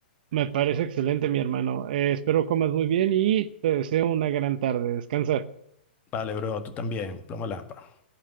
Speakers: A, on the right (about 55°); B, on the left (about 25°).
A: me parece excelente, mi hermano. Eh, espero comas muy bien y te deseo una gran tarde. Descansa.
B: Vale, bro, tú también, plomo lámpara.